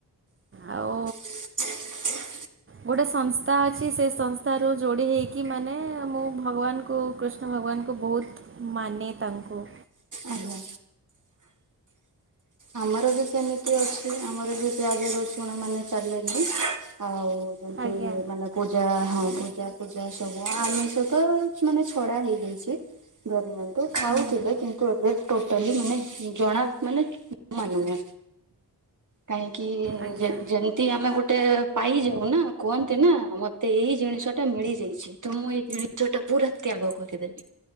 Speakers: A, on the right; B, on the right.
A: ଆଉ
B: <inaudible>
A: ଗୋଟେ ସଂସ୍ଥା ଅଛି ସେ ସଂସ୍ଥାରୁ ଯୋଡ଼ି ହେଇକି ମାନେ ମୁଁ ଭଗବାନଙ୍କୁ କୃଷ୍ଣ ଭଗବାନଙ୍କୁ ବହୁତ ମାନେ ତାଙ୍କୁ
B: ଆଜ୍ଞା ଆମର ବି ସେମିତି ଅଛି ଆମର ବି ପିଆଜି ର ଚୁଣ ମାନେ ଚାଲେଣିି ଆଉ ଯେମତି
A: ଆଜ୍ଞା
B: ମାନେ ପୂଜା ହଁ ପୂଜା ପୂଜା ସବୁ ଆମିଷ ତ ମାନେ ଛଡା ହେଇ ଦେଇଛି ଧରମ- ଖାଉଥିଲେ
A: ହୁଁ।
B: କିନ୍ତୁ- ଟୋଟାଲି ମାନେ ଜଣା ମାନେ ମାନୁନି କାହିଁକି
A: ଆଜ୍ଞା
B: ଯେ ଯେମିତି ଆମେ ଗୋଟେ ପାଇଯାଉ ନା କୁହନ୍ତି ନା ମତେ ଏଇ ଜିନିଷ ଟା ମିଳି ଯାଇଛି ତ ମୁଁ ଏଇ ଜିନିଷ ଟା ପୁରା ତ୍ୟାଗ କରିଦେବି